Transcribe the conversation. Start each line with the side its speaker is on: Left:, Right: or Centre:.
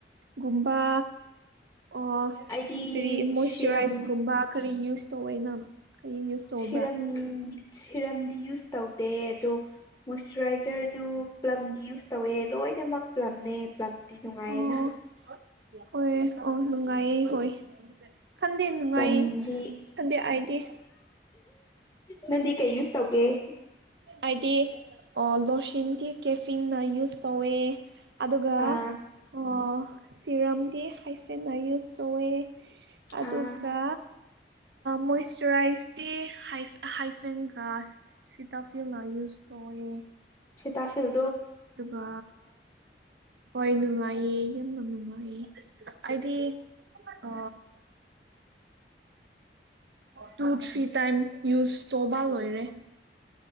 Right: ꯒꯨꯝꯕ ꯑꯣ
Left: ꯑꯩꯗꯤ
Right: ꯀꯔꯤ ꯃꯣꯏꯆꯔꯥꯏꯁꯀꯨꯝꯕ
Left: ꯁꯤꯔꯝ
Right: ꯀꯔꯤ ꯌꯨꯁ ꯇꯧꯏ ꯅꯪ ꯀꯔꯤ ꯌꯨꯁ ꯇꯧꯕ꯭ꯔꯥ
Left: ꯁꯤꯔꯝ ꯁꯤꯔꯝꯗꯤ ꯌꯨꯁ ꯇꯧꯗꯦ ꯑꯗꯣ ꯃꯣꯏꯆꯔꯥꯏꯖꯔꯗꯨ ꯄ꯭ꯂꯝꯒꯤ ꯌꯨꯁ ꯇꯧꯑꯦ ꯂꯣꯏꯅꯃꯛ ꯄꯂꯝꯅꯦ ꯄꯂꯝꯗꯤ ꯅꯨꯡꯉꯥꯏꯌꯦꯅ
Right: ꯑꯣ ꯍꯣꯏ ꯑꯣ ꯅꯨꯡꯉꯥꯏꯌꯦ ꯍꯣꯏ ꯈꯟꯗꯦ ꯅꯨꯡꯉꯥꯏꯌꯦ
Left: ꯄꯂꯝꯗꯤ
Right: ꯈꯟꯗꯦ ꯑꯩꯗꯤ
Left: ꯅꯗꯤ ꯀꯩ ꯌꯨꯁ ꯇꯧꯒ‌ꯦ
Right: ꯍꯥꯏꯗꯤ ꯂꯣꯁꯤꯟꯗꯤ ꯀꯦꯐꯤꯟꯅ ꯌꯨꯁ ꯇꯧꯋꯦ ꯑꯗꯨꯒ
Left: ꯑꯥ
Right: ꯑꯥ ꯁꯤꯔꯝꯗꯤ ꯍꯥꯏꯐꯦꯠꯟꯅ ꯌꯨꯁ ꯇꯧꯑꯦ ꯑꯗꯨꯒ
Left: ꯑꯥ
Right: ꯃꯣꯏꯔꯥꯏꯁ ꯗꯦ ꯍꯥꯏꯐꯦꯟ ꯒꯥꯁ ꯇꯥꯐ꯭ꯌꯨ ꯑꯃ ꯌꯨꯖ ꯇ ꯑꯣꯏꯌꯦ
Left: ꯁꯤ ꯇꯁꯦ
Right: ꯑꯗꯨꯒ ꯍꯣꯏ ꯅꯨꯡꯉꯥꯏꯌꯦ ꯌꯥꯝꯅ ꯅꯨꯡꯉꯥꯏꯌꯦ ꯍꯥꯏꯗꯤ ꯑ ꯇꯨ ꯊ꯭ꯔꯤ ꯇꯥꯏꯝ ꯌꯨꯁ ꯇꯣꯕꯥ ꯂꯣꯏꯔꯦ